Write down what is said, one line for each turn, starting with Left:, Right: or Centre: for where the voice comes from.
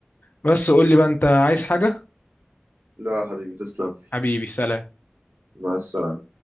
Left: بس قول لي بقى انت عايز حاجة
Right: لا يا حبيبي تسلم
Left: حبيبي سلام
Right: مع السلامه